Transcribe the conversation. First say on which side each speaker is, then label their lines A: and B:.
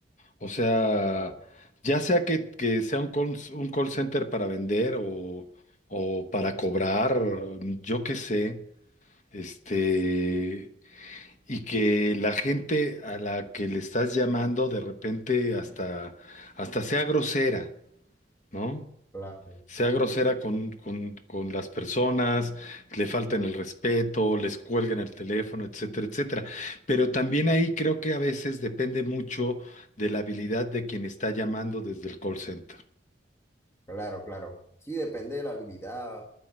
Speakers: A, on the left (about 40°); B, on the left (about 15°).
A: O sea,
B: Claro,
A: ya sea que, que sea un call, un call center para vender o, o para cobrar, yo qué sé, este, y que la gente a la que le estás llamando de repente hasta, hasta sea grosera, ¿no?
B: claro,
A: sea grosera con, con, con las personas, le falten el respeto, les cuelguen el teléfono, etcétera, etcétera. Pero también ahí creo que a veces depende mucho de la habilidad de quien está llamando desde el call center.
B: claro, claro. Sí, depende de la habilidad